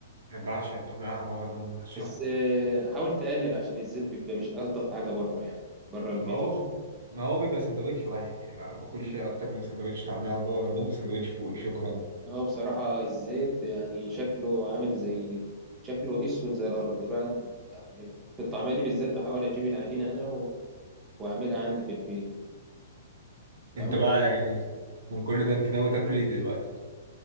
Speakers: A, on the right; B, on the right.
A: انا بعشق الطعميه على بابا غنوج بعشقه
B: بس آه، حاول تقلل عشان الزيت بيبقى مش ألطف حاجة بره يعني بره البيت
A: ما هو ب- ما هو بيبقى سندوتش واحد يعني ما باكلش
B: مم.
A: اكتر من سندوتش طعميه على بابا غنوج وسندوتش فول شكرا
B: هو بصراحة الزيت يعني شكله عامل زي شكله أسود زي الأرض الواحد يعني في الطعمية دي بالذات بحاول أجيب العجينة أنا و... وأعملها عندي في البيت يا
A: انت
B: عم
A: بقى يعني من كل ده انت ناوي تاكل ايه دلوقتي